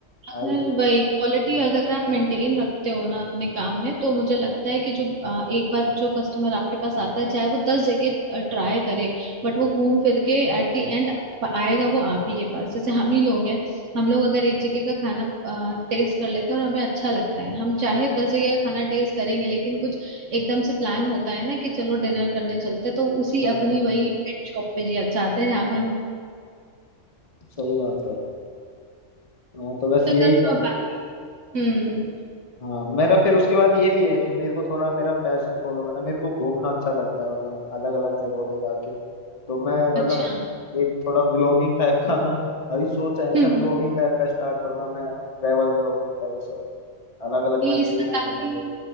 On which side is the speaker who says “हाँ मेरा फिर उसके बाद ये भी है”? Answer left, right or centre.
Left